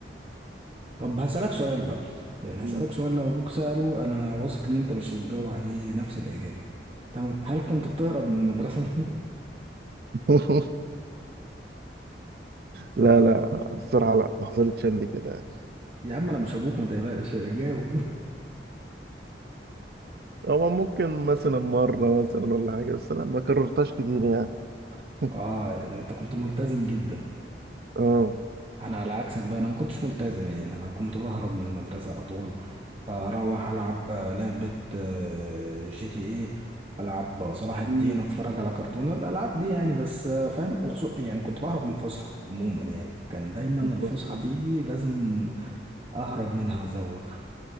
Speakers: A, on the right; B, on the right.
A: طب هسألك سؤال بقى يعني
B: مم.
A: هسألك سؤال لو ابوك سأله انا واثق ان انت مش هتجاوب عليه نفس الإجابة تمام هل كنت بتهرب من المدرسة <laughs>
B: <laughs> لا لا الصراحة لا ما حصلتش قبل كده يعني
A: يا عم انا مش ابوك ما تقلقش جاوب <laughs>
B: هو ممكن مثلا مرة مثلا ولا حاجة بس لا ما كررتهاش كتير يعني <laughs>
A: اه يعني انت كنت ملتزم جدا
B: اه
A: انا على عكسك بقى انا ما كنتش ملتزم يعني انا كنت بهرب من المدرسه على طول اروح العب لعبه آه، جي تي ايه العب صلاح الدين
B: مم.
A: اتفرج على كرتون الالعاب دي يعني بس آه، فاهم أخصو يعني كنت بهرب من الفسحه عموما يعني كان دايما
B: مم.
A: الفسحه تيجي لازم اهرب منها وازوغ